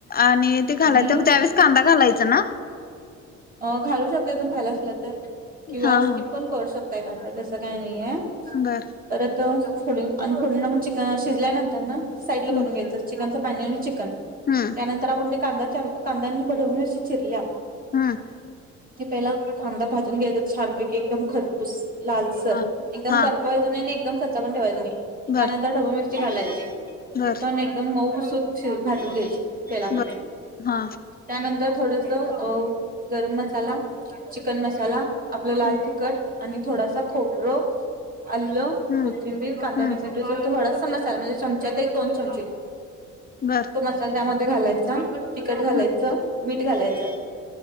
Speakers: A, on the left; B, on the right.
A: आणि ते घालायचं.
B: आणि
A: त्यावेेळेस कांदा घालायचा ना!
B: अ घालू शकतो. तुम्ही खात असले किंवा
A: हा
B: स्कीप
A: हा
B: पण करू शकताय, कांदा तसं काही नाहीय.
A: बरं
B: परत फो आणि फोड पण चिकन शिजल्यानंतर ना. साईड ला
A: हम्म
B: करून घ्यायचं. चिकनच पाणी आणि चिकन
A: हम्म
B: त्यानंतर आपण कांदायाच्या कांद्यांनी भडवूनशी चिरल्या.
A: हा
B: ते पहिला थांदा भाजून घ्यायचा छान पैकी एकदम खरपूस लालसर
A: हा
B: एकदम
A: हा
B: करपावायचं नाही. आणि एकदम कच्चा पण ठेवायचां नाही. त्यानंतर
A: बर
B: ढबून मिर- घालायचे. ते
A: बर
B: पण एकदम मऊसूत शी भाजून घ्यायचे. तेलामध्ये
A: बर हा
B: त्यानंतर थोडस अ गरम मसाला, चिकन मसाला, आपलं लाल
A: हा
B: तिखट आणि थोडासा खोबरं आल्ल,
A: हम्म
B: कोथिंबीर, कांदा,
A: हम्म
B: टोमॅटोचा थोडासा म्हणजे चमच्यात एक दोन चमचे
A: बरं
B: तो मसाला त्यामध्ये घालायचा, तिखट घालायचं,
A: हम्म
B: मीठ घालायचं,